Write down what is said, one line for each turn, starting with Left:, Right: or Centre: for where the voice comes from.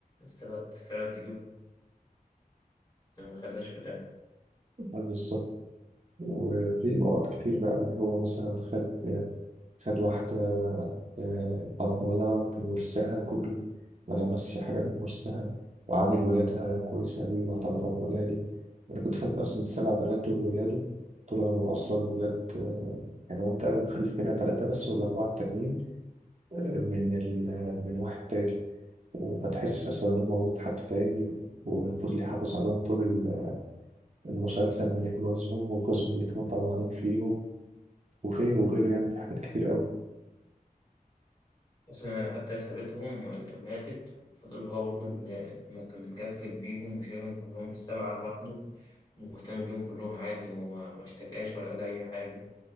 Left: سابها فعلا تجيب بس ما خدهاش في الآخر
Right: آه، بالظبط وفي نقط كتير بقى اللي هو مثلا خد خد واحدة آه، أرملة بورسها كله ولا ماشية حاجة بورسها وعامل ولادها كويس أوي وأعتبرهم ولادي أنا كنت فاكر أصلا السبع بنات دول ولاده طلعوا أصلا ولاد آه، يعني هو تقريبا مخلف منها تلاتة بس والأربعة التانيين آه، من ال... من واحد تاني وما تحسش أصلا إن هم ولاد حد تاني وفضل يحافظ عليهم طول ال- المسلسل من جوازهم وجوزهم اللي كانوا طبعانين فيهم وغيره وغيره يعني في حاجات كتير أوي
Left: أصلا حتى هي سابتهم ماتت وفضل هو برضو اللي ما كان بيتكفل بيهم وشايلهم كلهم السبعة لوحده ومهتم بيهم كلهم عادي وما ما اشتكاش ولا قال أي حاجة